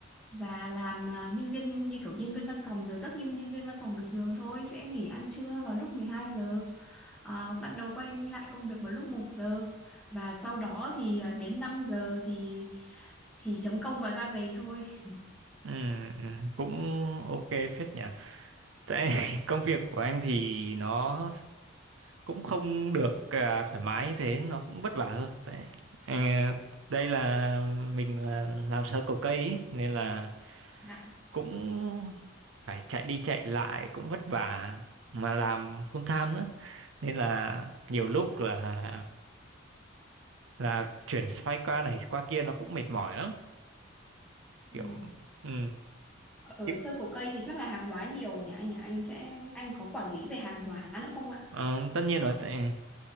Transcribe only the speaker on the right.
Ừ, ừ, cũng ok phết nhỉ. Tại <laughs> công việc của anh thì nó cũng không được à, thoải mái như thế, nó cũng vất vả hơn. Tại ờ, đây là mình là làm sơ cầu cây ý, nên là
cũng phải chạy đi chạy lại cũng vất vả mà làm full time nữa. Nên là nhiều lúc là là chuyển phái qua này qua kia nó cũng mệt mỏi lắm
kiểu ừ.
Kiểu-
ờ, tất nhiên rồi tại-